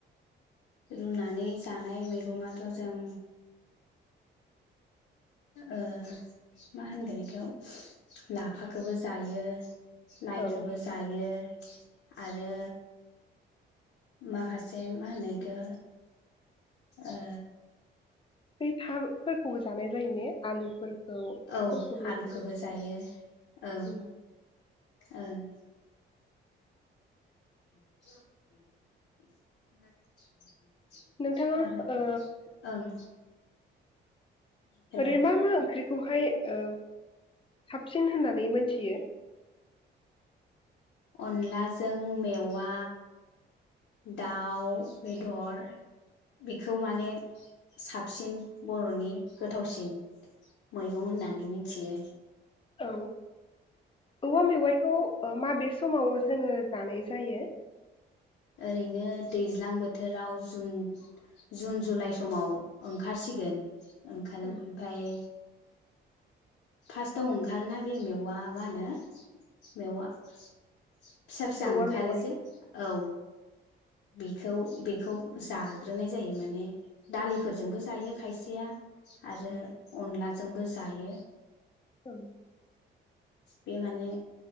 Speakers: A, on the left; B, on the left.
A: रुनानै जानाय मैगङाथ' जों ओ मा होनगोन इखौ लाफाखौबो जायो। लायखोबो
B: औ
A: जायो आरो माखासे मा होनो इखो ओ
B: बै थार फोरखौबो जानाय जायो ने आलुफोर फोरखौ
A: औ आलुखौबो जायो औ
B: <unintelligible>
A: ओं। <unintelligible>
B: नोंथाङा
A: आरो
B: ओ
A: ओं। हेलौ
B: ओरै मामा ओंख खौहाय ओ साबसिन होननानै मोनथियो?
A: अनलाजों मेवा दाउ बेदर बेखौ माने साबसिन बर'नि गोथावसिन मैगं होननानै मिनथियो।
B: औ। औवा मेवाइखौ ओ माबे समाव जोङो जानाय जायो?
A: ओरैनो दैज्लां बोथोराव जुन जुन जुलाइ समाव ओंखारसिगोन। ओंखारो
B: औ
A: ओमफाय फार्स्टआव ओंखारोना बे मेवआ मा होनो मेवा। फिसा फिसा
B: औवा
A: ओंखारो
B: मेवाइ
A: जे औ बिखौ बेखौ जाग्रोनाय जायो माने दालिफोरजोंबो जायो खायसेया। आरो
B: औ
A: अनला जोंबो जायो
B: ओं
A: बे माने